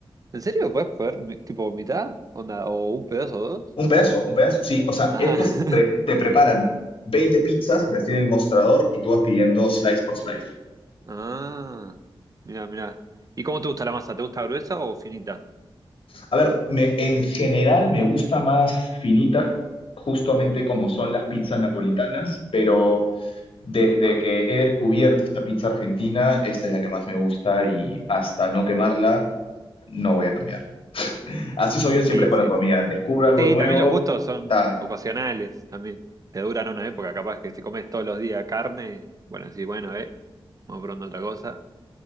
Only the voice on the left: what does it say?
Un pedazo, un pedazo, sí, o sea,
estos
pre- te preparan 20 pizzas y las tienen en el mostrador y tú vas pidiendo slice por slice.
A ver, me- en general me gusta más finita, justamente como son las pizzas napolitanas, pero desde que he descubierto esta pizza argentina, esta es la que más me gusta y hasta no quemarla, no voy a cambiar. Así soy yo siempre
con
la comida.
Descubro algo
nuevo,
ta,